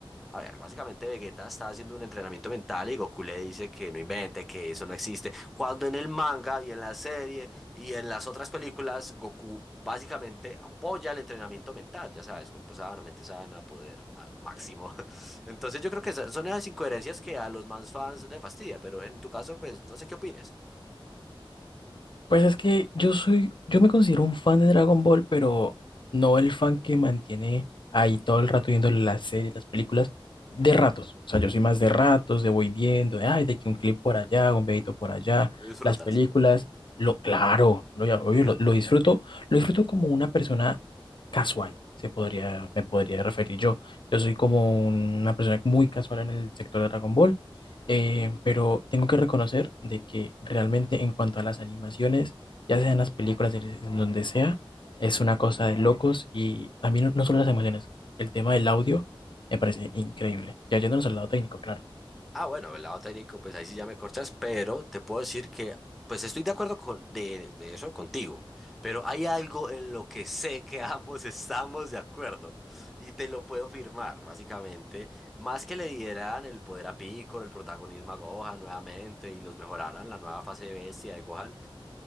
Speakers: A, in the centre; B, on the left.
A: A ver, básicamente Vegeta está haciendo un entrenamiento mental y Goku le dice que no invente, que eso no existe. Cuando en el manga y en la serie y en las otras películas, Goku básicamente apoya el entrenamiento mental, ya sabes, cuerpo sano, mente sana, poder ah, máximo. <laughs> Entonces yo creo que esas- son esas incoherencias que a los más fans les fastidia, pero en tu caso, pues no sé qué opines.
B: Pues es que yo soy, yo me considero un fan de Dragon Ball, pero no el fan que mantiene ahí todo el rato viendo las series, las películas, de ratos. O sea, yo soy más de ratos, de voy viendo, de, ay, de que un clip por allá, un videito por allá,
A: Lo Disfrutas.
B: las películas, lo, claro, lo, ya-
A: <laughs>
B: obvio, lo, lo disfruto, lo disfruto como una persona casual, se podría, me podría referir yo. Yo soy como una persona muy casual en el sector de Dragon Ball. Eh, pero tengo que reconocer de que realmente en cuanto a las animaciones, ya sean las películas, en en donde sea, es una cosa de locos y también no no solo las emociones, el tema del audio me parece increíble. Ya yéndonos al lado técnico, claro.
A: Ah, bueno, del lado técnico, pues ahí sí ya me corchas, pero te puedo decir que, pues estoy de acuerdo con de, de eso contigo, pero hay algo en lo que sé que <laughs> ambos estamos de acuerdo y te lo puedo firmar, básicamente. Más que le dieran el poder a Piccolo, el protagonismo a Gohan nuevamente y los mejoraran la nueva fase de bestia de Gohan,